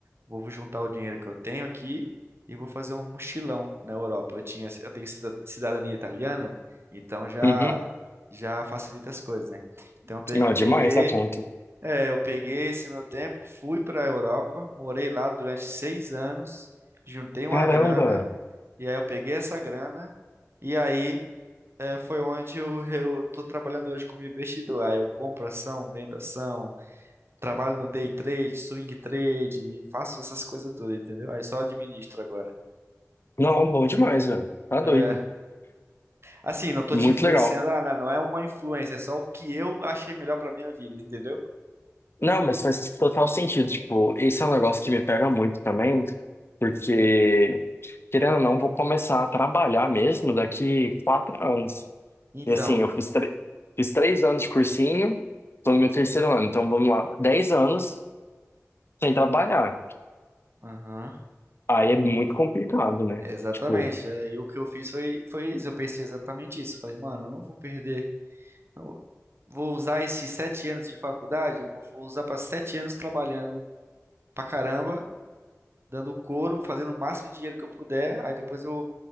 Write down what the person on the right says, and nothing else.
Vou juntar o dinheiro que eu tenho aqui e vou fazer um mochilão na Europa. Eu tinha, eu tenho cida- cidadania italiana, então já
já facilita as coisas, né? Então eu peguei,
eu
peguei,
é, eu peguei esse meu tempo, fui para a Europa, morei lá durante seis anos, juntei uma
grana e aí eu peguei essa grana e aí é, foi onde eu, eu tô trabalhando hoje como investidor. Aí eu compro ação, vendo ação, Trabalho no day trade, swing trade, faço essas coisas todas, entendeu? Aí só administro agora.
É,
assim, não tô
te influenciando,
ah, não não é uma influência, é só o que eu achei melhor pra minha vida, entendeu?
Então,
aham,
exatamente.
Aí o que eu fiz foi, foi isso, eu pensei exatamente isso. Falei, mano, eu não vou perder, não- vou usar esses sete anos de faculdade, vou, vou usar pra sete anos trabalhando pra caramba, dando couro, fazendo o máximo de dinheiro que eu puder, aí depois eu